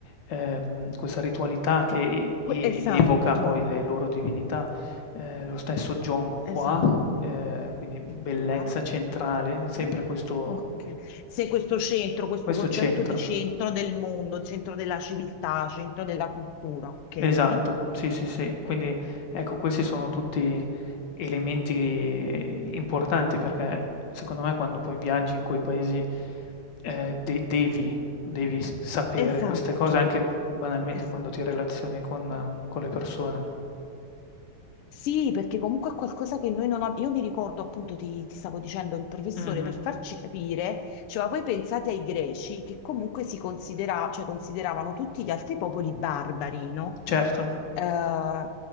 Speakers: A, on the left; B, on the left.
A: ehm, questa ritualità che
B: Qu- que-
A: e
B: Esatto,
A: evoca poi le loro divinità. Ehm, lo stesso John Qua,
B: esatto,
A: ehm, quindi bellezza
B: qua.
A: centrale,
B: Ok.
A: sempre questo
B: Ok. Se questo centro, questo
A: questo
B: concetto
A: centro.
B: di centro del mondo, centro della civiltà, centro della cultura, ok?
A: Esatto, sì, sì, sì. Quindi ecco, questi sono tutti elementi importanti perché secondo me quando poi viaggi in quei paesi, ehm, de devi devi s sapere
B: Esatto,
A: queste cose anche banalmente
B: esatto.
A: quando ti relazioni con con le persone.
B: Sì, perché comunque è qualcosa che noi non abbiamo. Io mi ricordo, appunto, ti, ti stavo dicendo, il professore
A: Mh-mh,
B: per farci capire, cioè, ma voi pensate ai greci che comunque si considera- cioè, consideravano tutti gli altri popoli barbari, no?
A: certo.
B: Eh,